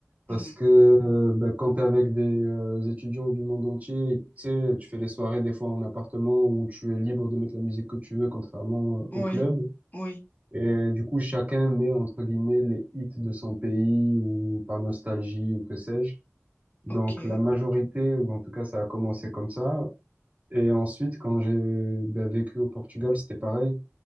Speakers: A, on the right; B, on the left.
A: Parce
B: Hmm.
A: que euh, bah, quand t'es avec des euh, étudiants du monde entier, tu sais, tu fais les soirées des fois en appartement où tu es libre de mettre la musique que tu veux, contrairement euh,
B: Oui,
A: au club.
B: oui,
A: Et du coup, chacun met entre guillemets les hits de son pays ou par nostalgie ou que sais-je. Donc
B: ok,
A: la majorité, ou en tout cas ça a commencé comme ça, Et ensuite, quand j'ai bah, vécu au Portugal, c'était pareil.